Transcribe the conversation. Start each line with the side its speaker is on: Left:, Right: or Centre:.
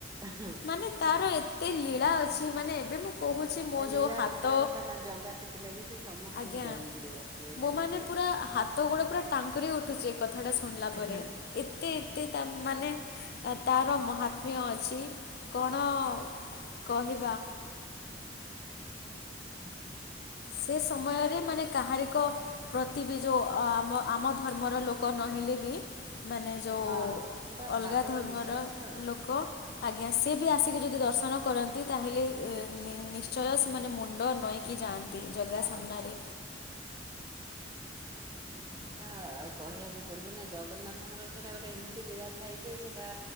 Right: ହଁ।
Left: ମାନେ ତାର ଏ ଏ ଲୀଳା ଅଛି ମାନେ ଏବେ ମୁଁ ମୋ
Right: ତା ଲିଗା
Left: ଯୋଉ ହାତ
Right: ଅପରାବା ତା ନା ଜଗା ସେଥିଲାଗି ସେ ସମସ୍ତଙ୍କୁ
Left: ଆଜ୍ଞା
Right: ଜଗିକିରି ବସିବ ଏଇଟା
Left: ମୋ ମାନେ
Right: ବି ଠିକ।
Left: ପୁରା ହାତ ଗୋଡ ପୁରା ଟାଙ୍କରି ଉଠୁଛି କଥାଟା ଶୁଣିଲା ପରେ
Right: ହଁ
Left: ଏତେ ମାନେ ତାର ଭାବିୟ ଅଛି କଣ କହିବା।
Right: <unintelligible>
Left: ସେ ସମୟରେ ମାନେ କାହାରିିକ ପ୍ରତି ବି ଯେଉଁ ଆମ ଆମ ଧର୍ମର ଲୋ ଲୋକ ନହଲେ ବି ମାନେ ଯେଉଁ
Right: ହଁ ହଁ ସେଇଟା
Left: ଅଲଗା
Right: ଭାବର
Left: ଧର୍ମର
Right: ବିଶ୍ଵାସ ଆଉ
Left: ଲୋକ ଆଜ୍ଞା ସେ ବି ଆସିକି ଯଦି ଦର୍ଶନ କରନ୍ତି ତାହେଲେ ନିଶ୍ଚୟ ସେମାନେ ମୁଣ୍ଡ ନେଇକି ଯା ଜଗା
Right: ହଁ
Left: ସାମ୍ନାରେ
Right: ହଁ। ସେଇଟା କହିବାକୁ ପଡିବ ନା ଜଗନ୍ନାଥଙ୍କର ସେଟା ଗୋଟେ ଏମିତି ଲୀଳା ଥାଇ ଯେ ସେଟା